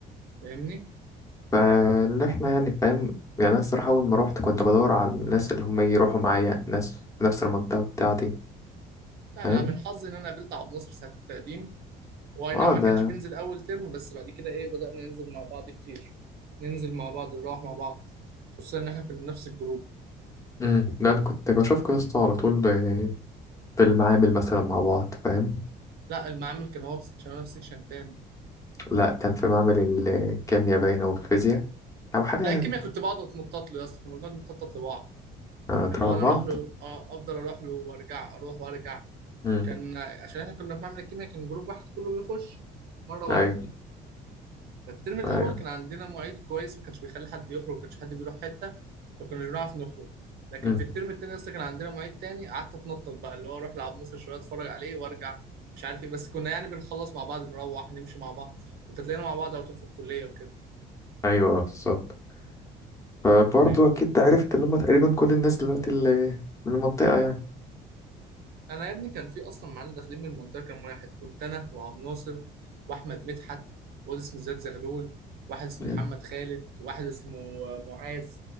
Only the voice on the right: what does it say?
فاهمني
لا
انا من حظي ان انا قابلت عبد الناصر ساعة التقديم واي
نعم ما كانش
بينزل اول ترم بس بعد كده ايه بدأنا ننزل مع بعض كتير ننزل مع بعض نروح مع بعض خصوصا ان احنا كنا نفس الجروب
لا المعامل كان هو في سكشن وانا في سكشن تاني
لا الكيمياء كنت بقعد اتنطط له يا اسطى كنا بنقعد نتنطط لبعض
اللي هو
انا اروح له آه، افضل اروح له وارجع اروح وارجع
وكان عشان احنا كنا في معمل الكيمياء كان جروب واحد كله بيخش مرة واحدة
فالترم الاول
كان عندنا معيد كويس ما كانش بيخلي حد يخرج ما كانش حد بيروح حته فكناش بنعرف نخرج لكن
في الترم التاني اصلا كان عندنا معيد تاني قعدت اتنطط بقى اللي هو اروح لعب نصر شويه اتفرج عليه وارجع مش عارف ايه بس كنا يعني بنخلص مع بعض نروح نمشي مع بعض كنت هتلاقينا مع بعض على طول في الكليه وكده
فاهم
انا يا ابني كان في اصلا معانا داخلين من المنطقه كام واحد كنت انا وعبد الناصر واحمد مدحت واد اسمه زياد زغلول واحد اسمه
محمد خالد واحد اسمه آه، معاذ